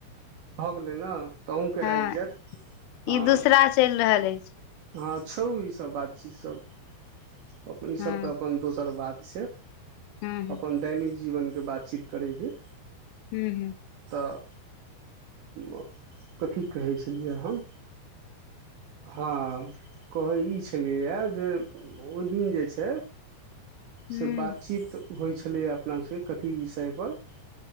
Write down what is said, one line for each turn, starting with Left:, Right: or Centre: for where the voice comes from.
Right: भऽ गेलै न तअ अहूँके
Left: हँ
Right: आबि जायत हँ
Left: ई दूसरा चलि रहल अछि
Right: हँ छोड़ु ई सब बात चीत सब ई
Left: हँ
Right: सब तऽ अपन दोसर बात से
Left: हँ हूँ
Right: अपन दैनिक जीवनके बातचीत करै छी
Left: हु हू
Right: तऽ उ कथी कहै छलियै हम हँ कहै ई छलियैए जे ओहि दिन जे छै।
Left: हूँ
Right: से बातचीत होइ छलैए अपनासँबके कथी विषय पर